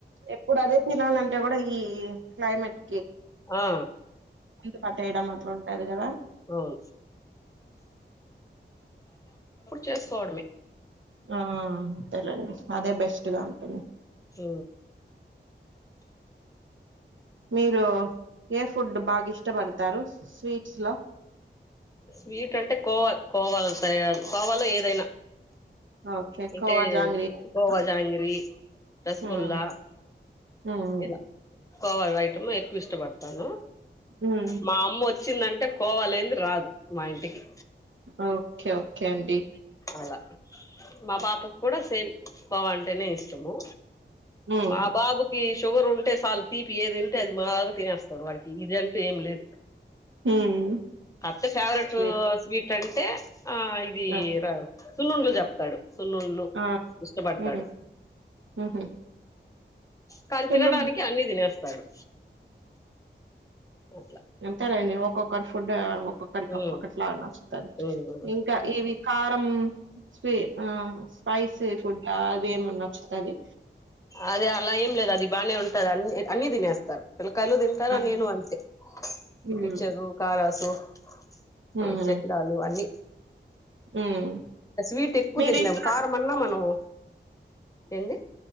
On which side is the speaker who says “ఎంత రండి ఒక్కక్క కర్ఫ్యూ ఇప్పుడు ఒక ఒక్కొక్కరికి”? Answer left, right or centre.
Right